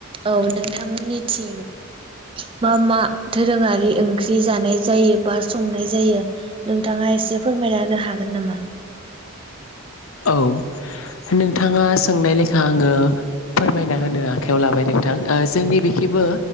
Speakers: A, on the right (about 25°); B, on the left (about 80°).
A: औ नोंथां मोननिथिं मा मा धोरोङारि ओंख्रि जानाय जायो बा संनाय जायो नोंथाङा एसे फोरमायनानो हागोन नामा?
B: औ नोंथाङा सोंनाय लेखा आङो फोरमायना होनो आखायाव लाबाय नोंथां, ओ जोंनि बेखिबो